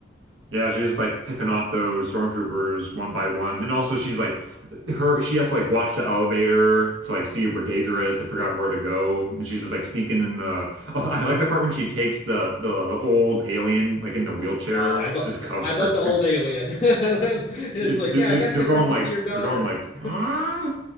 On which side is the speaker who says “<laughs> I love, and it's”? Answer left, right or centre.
Left